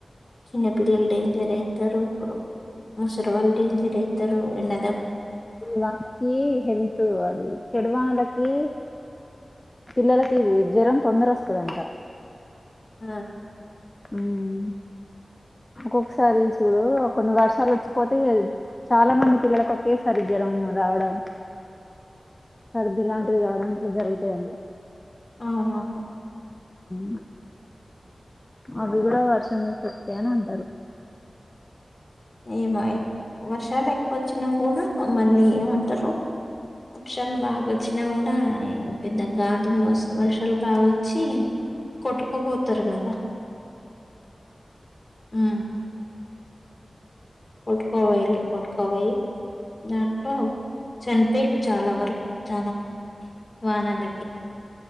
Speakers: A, on the left; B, on the left.
A: చిన్నపిల్లల్ డేంజర్ అయితరు ఇప్పుడు ముసల్ డేంజర్ అయ్తరు ఎన్న
B: వానకి హెల్త్ అది చెడు వానలకి పిల్లలకి జ్వరం తొందరొస్తదంట.
A: ఆ
B: మ్ ఒకొక్సారి చూడు కొన్ని వర్షాల్ ఒచ్చిపోతే ఇగ చాలా మంది పిల్లలకు కేసరి జరం రావడం. సర్ది లాంటిది కావడం ఇట్ల జరుగుతయ్ అంట.
A: అవునవును.
B: మ్ అవి గుడ వర్షం ఎఫెక్టే అని అంటరు.
A: ఏమాయే వర్షాల్ ఎక్కొచ్చిన గుడ మళ్ళీ ఏమంటరు వర్షం బాగ్ వచ్చిన గుడ ఏం పెద్ద గాల్ దుమో వర్షాల్ బాగొచ్చి కొట్టుకొ పోతర్ గదా మ్ కొట్కో పోయిన్లు. కొట్కవొయ్యి దాంట్లో చన్ పోయిన్లు చాలా వరకు చాలా మంది వానలకి